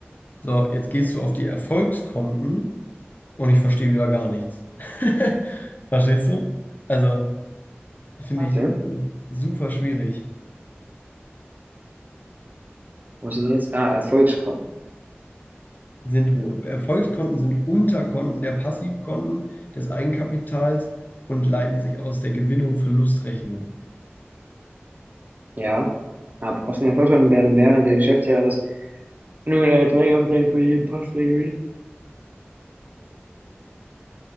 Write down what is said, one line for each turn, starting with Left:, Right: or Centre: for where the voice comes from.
Left: So, jetzt gehst du auf die Erfolgskonten und ich verstehe wieder gar nichts. <laughs> Verstehst du? Also, finde
Right: Warte,
Left: ich, finde ich super schwierig.
Right: wo sind jetzt? Ah, Erfolgskonten.
Left: sind
Right: Hm,
Left: Erfolgskonten sind Unterkonten der Passivkonten des Eigenkapitals und leiten sich aus der Gewinnung Verlustrechnung.
Right: ja. Ab aus den Erfolgskonten werden während des Geschäftsjahres nur eine Erträge für jeden Pass reguliert.